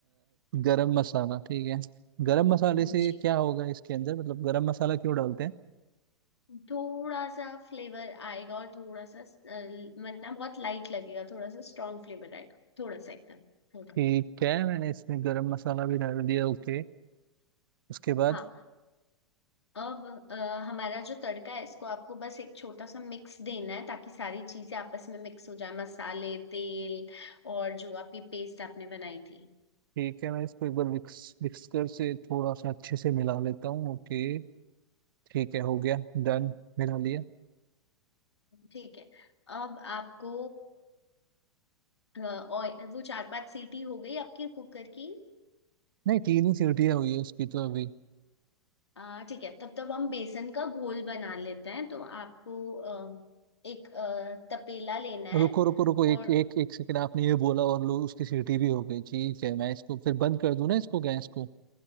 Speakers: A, on the right; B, on the left.
A: गरम मसाला ठीक है गरम मसाले से
B: जी
A: क्या होगा इसके अंदर मतलब गरम मसाला क्यों डालते हैं
B: थोड़ा सा फ्लेवर आएगा और थोड़ा सा अ, वरना बहुत लाइट लगेगा थोड़ा सा स्ट्रॉन्ग फ्लेवर आएगा थोड़ा सा एकदम हल्का
A: ठीक है मैंने इसमें गरम मसाला भी डाल दिया ओके उसके बाद
B: हाँ, अब अ, हमारा जो तड़का है इसको आपको बस एक छोटा सा मिक्स देना है ताकि सारी चीजें आपस में मिक्स हो जाए मसाले तेल और जो आपकी पेस्ट आपने बनाई थी
A: ठीक है मैं इसको एक बार विक्स विक्सकर से थोड़ा सा अच्छे से मिला लेता हूँ ओके ठीक है हो गया डन मिला लिया
B: ठीक है अब आपको ऑयल वो चार पांच सीटी हो गई आपकी कुकर की
A: नहीं तीन ही सीटियाँ हुई है उसकी तो अभी
B: अ, ठीक है तब तब हम बेसन का घोल बना लेते हैं तो आपको अ, एक अ, तपेला लेना है
A: रुको रुको रुको
B: और
A: एक एक एक सेकंड आपने ये बोला और लो उसकी सीटी भी हो गई ठीक है मैं इसको फिर बंद कर दूं ना इसको गैस को